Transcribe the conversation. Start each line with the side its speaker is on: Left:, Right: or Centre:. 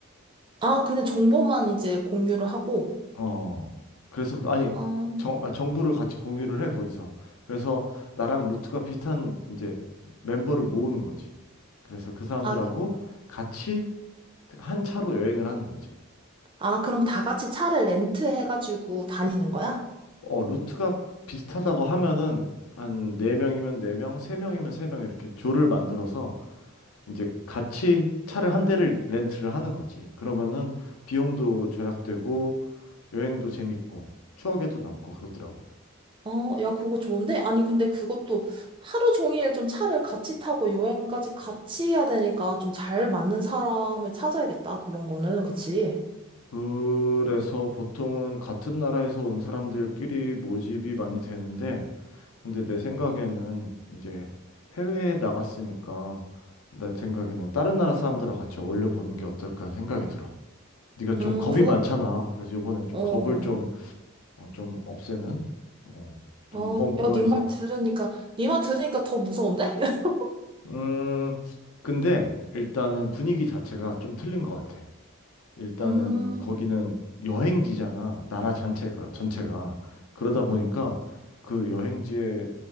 Right: 아, 그냥 정보만 이제 공유를 하고.
Left: 어. 그래서, 그- 아니,
Right: 어.
Left: 정, 아, 정보를 같이 공유를 해, 거기서. 그래서 나랑 루트가 비슷한 이제 멤버를 모으는 거지. 그래서 그 사람들하고
Right: 아,
Left: 같이 한 차로 여행을 하는 거지.
Right: 아, 그럼 다 같이 차를 렌트해가지고 다니는 거야?
Left: 어, 루트가 비슷하다고 하면은 한 네명이면네명세명이면세 명세 명이면 세명 이렇게 조를 만들어서 이제 같이 차를 한 대를 렌트를 하는 거지. 그러면은 비용도 절약되고 여행도 재밌고 추억에도 남고 그러더라고.
Right: 어, 야, 그거 좋은데? 아니, 근데 그것도 하루 종일 좀 차를 같이 타고 여행까지 같이 해야 되니까 좀 잘 맞는 사람을 찾아야겠다. 그런 거는, 그치?
Left: 그래서 보통은 같은 나라에서 온 사람들끼리 모집이 많이 되는데 근데 내 생각에는 이제 해외에 나갔으니까 내 생각에는 다른 나라 사람들하고 같이 어울려 보는 게 어떨까 생각이 들어. 네가 좀
Right: 음,
Left: 겁이
Right: 그거,
Left: 많잖아. 그래서 이번에 좀
Right: 어.
Left: 겁을 좀, 어, 좀 없애는 어, 좀
Right: 어,
Left: 모험으로
Right: 야, 네
Left: 해서
Right: 말 들으니까, 네 말 들으니까 더 무서운데? <laughs>
Left: 음, 근데 일단은 분위기 자체가 좀 틀린 것 같아. 일단은
Right: 음,
Left: 거기는 여행지잖아. 나라 전체가, 전체가. 그러다 보니까 그 여행지의